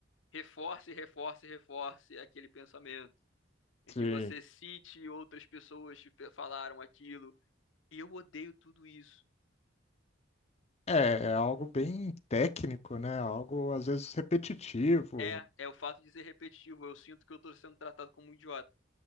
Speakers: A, on the left (about 80°); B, on the left (about 35°).
A: reforce, reforce, reforce aquele pensamento em
B: sim.
A: que você cite outras pessoas que pe- falaram aquilo. E eu odeio tudo isso.
B: É, é algo bem técnico, né? Algo às vezes repetitivo.
A: É, é o fato de ser repetitivo. Eu sinto que eu tô sendo tratado como um idiota,